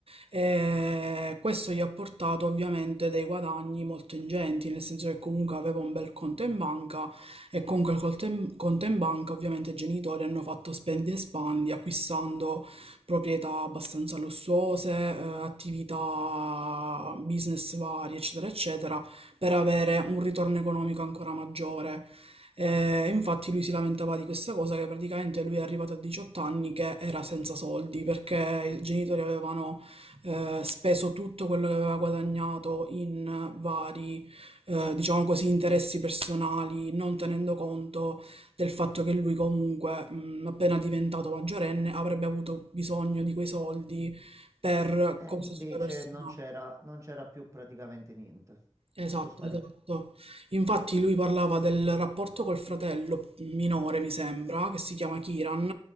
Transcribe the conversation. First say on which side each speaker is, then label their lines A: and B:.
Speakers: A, on the right (about 65°); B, on the right (about 30°).
A: e questo gli ha portato ovviamente dei guadagni molto ingenti, nel senso che comunque aveva un bel conto in banca e con quel conto in conto in banca ovviamente i genitori hanno fatto spendi e spandi acquistando proprietà abbastanza lussuose, eh, attività, business vari, eccetera, eccetera, per avere un ritorno economico ancora maggiore. Eh, infatti lui si lamentava di questa cosa che praticamente lui è arrivato a 18 anni che era senza soldi perché i genitori avevano eh, speso tutto quello che aveva guadagnato in vari, eh, diciamo così, interessi personali, non tenendo conto del fatto che lui comunque, mhmm, appena diventato maggiorenne, avrebbe avuto bisogno di quei soldi per
B: Eh,
A: cose
B: invece
A: sue personali.
B: non c'era non c'era più praticamente niente,
A: Esatto,
B: tutto sparito.
A: esatto. Infatti lui parlava del rapporto col fratello minore, mi sembra, che si chiama Kiran,